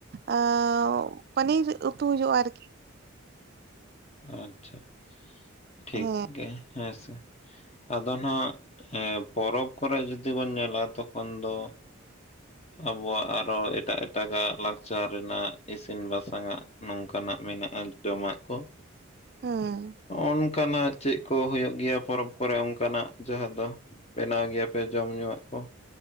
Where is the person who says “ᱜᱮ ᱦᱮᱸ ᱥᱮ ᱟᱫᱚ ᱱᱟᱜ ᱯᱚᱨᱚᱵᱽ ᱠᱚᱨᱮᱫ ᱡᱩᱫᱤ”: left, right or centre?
Left